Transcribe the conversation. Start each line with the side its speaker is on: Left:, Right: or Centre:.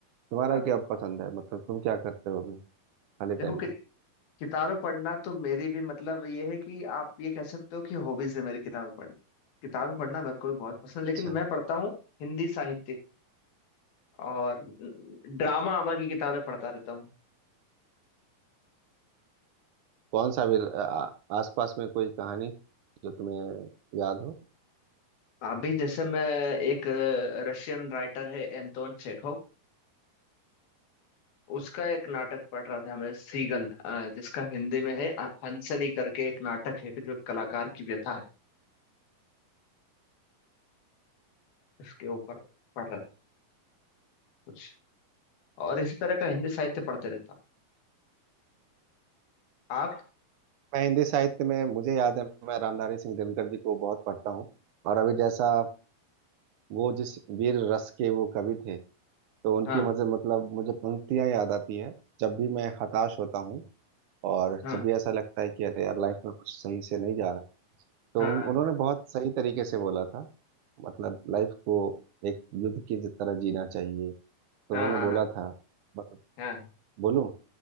Right: तुम्हारा
Left: अरे
Right: क्या
Left: वाह।
Right: पसंद है मतलब तुम क्या करते हो अभी खाली टाइम
Left: देखो कि,
Right: में
Left: किताबें पढ़ना तो मेरी भी मतलब ये है कि आप ये कह सकते हो कि हॉबीज है मेरी किताबें पढ़ना किताबें पढ़ना मेरे को भी बहुत पसंद है लेकिन
Right: अच्छा
Left: मैं पढ़ता हूँ हिंदी साहित्य और ड्रामा आमा की किताबें पढ़ता रहता हूँ
Right: कौन सा भी आ- आ- आसपास में कोई कहानी जो तुम्हें याद हो
Left: अभी जैसे मैं एक रशियन राइटर है एंटोन चेखव उसका एक नाटक पढ़ रहा था मैं सीगन अ, जिसका हिंदी में है अ- हंसनी करके एक नाटक है कि जो एक कलाकार की व्यथा है उसके ऊपर पढ़ रहा था कुछ और इसी तरह का हिंदी साहित्य पढ़ते रहता हूँ आप
Right: मैं हिंदी साहित्य में मुझे याद है मैं रामधारी सिंह दिनकर जी को बहुत पढ़ता हूँ और अभी जैसा वो जिस वीर रस के वो कवि थे तो उनकी
Left: हाँ
Right: मजे मतलब मुझे पंक्तियां याद आती है जब भी मैं हताश होता हूँ और
Left: हाँ
Right: जब भी ऐसा लगता है कि अरे यार लाइफ में कुछ सही से नहीं जा रहा तो
Left: हाँ
Right: उन, उन्होंने बहुत सही तरीके से बोला था मतलब लाइफ को एक युद्ध की तरह जीना चाहिए तो
Left: हाँ
Right: उन्होंने
Left: हाँ हाँ
Right: बोला
Left: हाँ
Right: था ब-
Left: हाँ,
Right: बोलूं